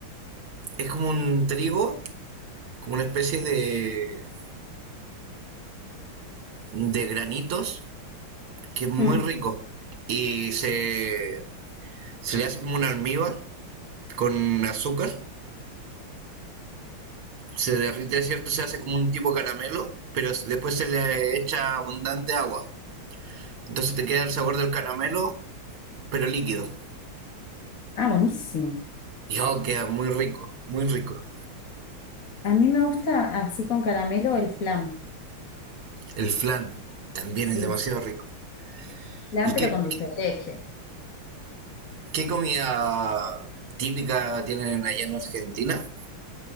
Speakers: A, on the right; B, on the left.
A: Es como un trigo, como una especie de, de granitos, que es muy
B: Mm.
A: rico. Y se, se le hace como un almíbar con azúcar, se derrite, ¿cierto? Se hace como un tipo caramelo, pero s- después se le echa abundante agua. Entonces te queda el sabor del caramelo, pero líquido.
B: Ah, buenísimo.
A: Y oh, queda muy rico, muy rico.
B: A mí me gusta así con caramelo el flan.
A: El flan también
B: Sí,
A: es demasiado rico.
B: flan
A: ¿Y
B: pero
A: qué,
B: con dulce
A: qué,
B: de leche.
A: qué comida típica tienen allá en Argentina?